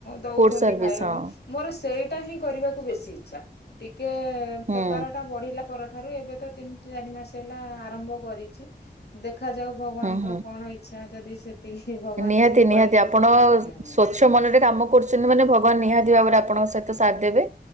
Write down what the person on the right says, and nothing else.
ଫୁଡ ସର୍ଭିସ୍
ହଁ
ହୁଁ
ହୁଁ ହୁଁ।
ନିହାତି
ନିହାତି
ଆପଣ
ସ୍ଵଚ୍ଛ ମନରେ କାମ କରୁଛନ୍ତି ମାନେ ଭଗବାନ ନିହାତି ଭାବରେ ଆପଣଙ୍କ ସହିତ ସାଥ ଦେବେ।